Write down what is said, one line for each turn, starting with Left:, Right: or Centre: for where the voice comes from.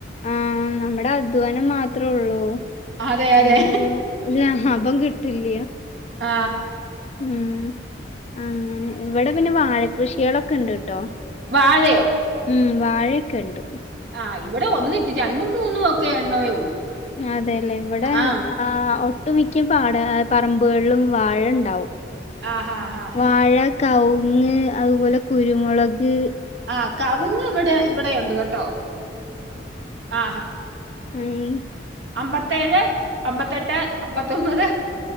Left: ആ നമ്മുടെ അധ്വാനം മാത്രൊള്ളു
Right: അതെ അതെ
Left: അയ്ന്നൊരു ഒരു ലാഭം കിട്ടില്ല
Right: ആ
Left: ഉം ഉം ഇവിടെ പിന്നെ വാഴ കൃഷികളൊക്കെ ണ്ട് ട്ടോ
Right: വാഴയോ
Left: ഉം വാഴയൊക്കെണ്ട്
Right: ആ ഇവടെ ഒന്ന് രണ്ടും മൂന്നും ഒക്കെ എണ്ണമേ ഉള്ളൂ
Left: അതെല്ലേ ഇവടെ
Right: ആഹ്
Left: ആ ഒട്ടുമിക്ക പാട പറമ്പുകളിലും വാഴണ്ടാവും
Right: ആ അ അ
Left: വാഴ കവുങ്ങ് അതുപോലെ കുരുമുളക്
Right: ആ കവുങ് ഇവടെ ഇവടെ ഒണ്ട് കേട്ടോ ആ
Left: ഉം
Right: അമ്പത്തേഴ് അമ്പത്തെട്ട് അമ്പത്തൊമ്പത്